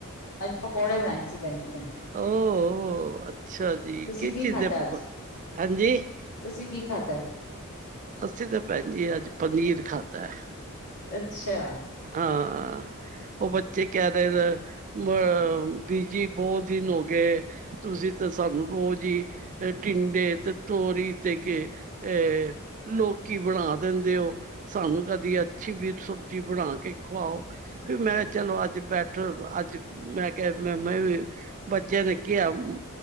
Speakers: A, on the left; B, on the right.
A: ਅੱਜ ਪਕੌੜੇ ਬਣਾਏ ਸੀ ਭੈਣ ਜੀ ਮੈਂ।
B: ਓ ਹੋ ਅੱਛਾ। ਠੀਕ,
A: ਤੁਸੀਂ
B: ਕਿਸ
A: ਕੀ
B: ਚੀਜ਼
A: ਖਾਧਾ
B: ਦੇ ਪਕੋ
A: ਅੱਜ
B: ਹਾਂਜੀ?
A: ਤੁਸੀਂ ਕੀ ਖਾਧਾ
B: ਅਸੀਂ ਤੇ ਭੈਣ ਜੀ ਅੱਜ ਪਨੀਰ ਖਾਧਾ।
A: ਅੱਛਾ
B: ਹਾਂ ਉਹ ਬੱਚੇ ਕਹਿ ਰਹੇ ਰ ਅਹ ਬੀਜੀ ਬਹੁਤ ਦਿਨ ਹੋ ਗਏ ਤੁਸੀਂ ਤੇ ਸਾਨੂੰ ਰੋਜ਼ ਹੀ ਤੇ ਟਿੰਡੇ ਤੇ ਤੋਰੀ ਤੇ ਕੇ ਅਹ ਲੋਕੀ ਬਣਾ ਦਿੰਦੇ ਹੋ। ਸਾਨੂੰ ਕਦੀ ਅੱਛੀ ਵੀ ਸਬਜ਼ੀ ਬਣਾ ਕੇ ਖਵਾਓ ਫੇਰ ਮੈਂ ਚਲੋ ਅੱਜ ਬੈਠੋ ਅੱਜ ਮੈਂ ਕਿਹਾ ਮੈਂ-ਮੈਂ ਵੀ ਬੱਚਿਆਂ ਨੇ ਕਿਹਾ ਓਮ